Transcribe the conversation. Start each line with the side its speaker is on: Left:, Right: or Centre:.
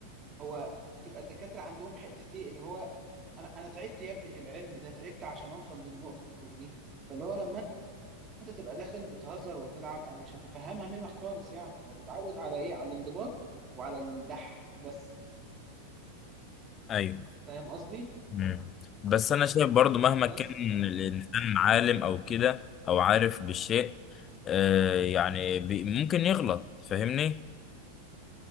Right: هو بتبقى الدكاتره عندهم حته ايه اللي هو انا انا تعبت يا ابني في العلم ده تعبت عشان اوصل للنقطه دي فاللي هو لما انت تبقى داخل بتهزر وتلعب انا مش هتفهمها منك خالص يعني هو متعود على ايه على الانضباط وعلى الدح بس
Left: أيوه
Right: فاهم قصدي
Left: مم. بس أنا شايف برضه مهما
Right: بس
Left: كان الإنسان عالم أو كده أو عارف بالشيء آه يعني بي... ممكن يغلط فاهمني؟